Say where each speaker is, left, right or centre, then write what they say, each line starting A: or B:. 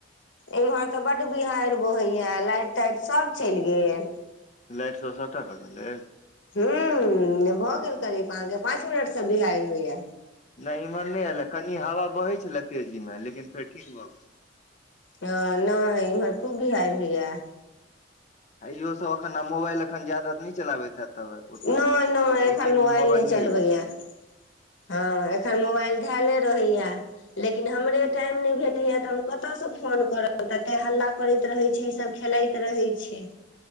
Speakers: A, on the left; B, on the left.
A: एमहर तऽ बड्ड बिहाड़ि बोहैया लाइि ताइटि सब चलि गेल
B: लाट सए सठ कट ल
A: ह भऽ गेल करीब अहाँके पाँच मिनट से बिहाड़ि होइया
B: नहि इम्हर नहि आयलए कनि हवा बहैत छलए तेजीमे लेकिन फेर ठीक भऽ गेल
A: ह नहि इमहर खूब बिहारड़ होइया
B: आइ दस एखन मोबाइल एखन जादा नहि चलाबैत हे तब ओतऽ
A: नहि नहि एखन
B: एक
A: मोबाइल
B: मोबाइले
A: नहि चलबैया
B: ह
A: हँ एखन मोबाइल धले रहैया लेकिन हमरे टाइम नहि भेटैया तऽ हम कतयसँ फोन करब तते हल्ला करैत रहै छै ई सब खेलइत रहय छै